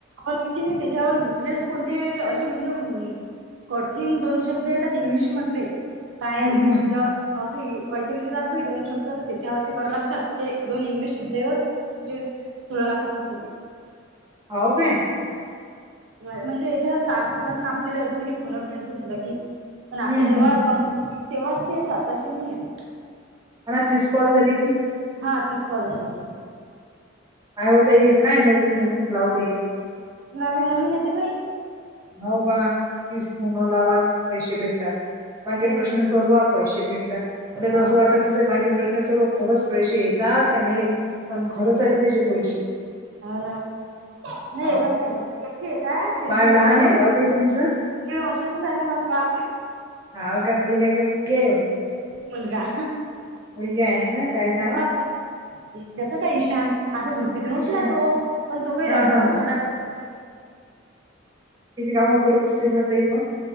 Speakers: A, on the right; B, on the right.
A: हो नाहीची त्याच्यावर दुसरेस कोणते अशे म्हणजे उम कठीण दोन शब्द येतात इंग्लिश मधले काय
B: हं,
A: इनस्ट
B: हं.
A: असे ए काहीतरी ज देतात बाई दोन शब्दात त्याच्यावर ते कर लागतात ते दोन इंग्लिश शब्देवरस म्हणजे सोळा लाखात फक्त ते.
B: हाव काय?
A: म्हणजे याच्यावर टास्क येतात ना आपल्याला अजून हे फोन ऑफेंच झालं की. पण आपले
B: हं,
A: जेव्हा
B: हं.
A: कंप <inaudible> तेव्हाच ते येतात तशे नाही आहे.
B: आणा तीस झाले की?
A: हा तीस कॉल झाली.
B: काय होता हे काय नवीन नवीन लावलं हे?
A: नवीन नवीन येते बाई.
B: हाव बा तीच फोन लावा पैशे भेटाल मागे
A: तेच
B: प्रश्न सोडवा पैसे भेटतात. मला
A: हा
B: तो असं वाटतचं आहे मागे प्रश्न सोडं खरच प्रेशे येतात का नाही येत. पण खरंच
A: नाही येत
B: आले त्याचे पैशे.
A: हो ना नाही
B: हो
A: येतात नाही येतात एकटी येतात. टेन्शन
B: बाळ
A: नका
B: लहान
A: घेऊ
B: आहे का हो ताई तुमचं?
A: दीड वर्षाचाच आहे ना माझं बाळ
B: हाव का मुलगा आहे का मुलगी आहे ओ?
A: <inaudible> मुलगा.
B: मुलगी आहे ना? काय
A: <inaudible>
B: नाव?
A: द्याचा काय इशांत आता झोपीतून उठला
B: उषा
A: तो. पण तो काही रडत
B: हा हा
A: नाही एवढा काही.
B: किती कामापूरत असते ना ताई म?